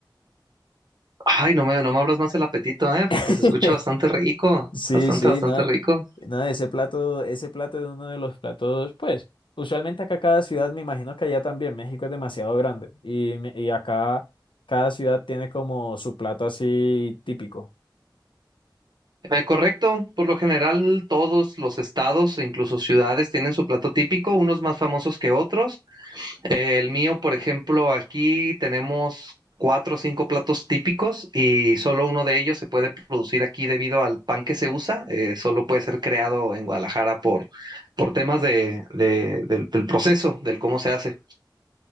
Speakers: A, on the right; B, on the left.
A: Ay, no me, no me abras más el apetito, ¿eh? Porque
B: <laughs>
A: se escucha bastante rico,
B: Sí,
A: bastante,
B: sí,
A: bastante
B: no,
A: rico.
B: no, ese plato, ese plato es uno de los platos, pues, usualmente acá cada ciudad, me imagino que allá también, México es demasiado grande y, me- y acá cada ciudad tiene como su plato así típico.
A: Eh, correcto, por lo general todos los estados, e incluso ciudades, tienen su plato típico, unos más famosos que otros. Eh, el mío, por ejemplo, aquí tenemos cuatro o cinco platos típicos y solo uno de ellos se puede producir aquí debido al pan que se usa. Eh, solo puede ser creado en Guadalajara por, por temas de, de- del del proceso, del cómo se hace.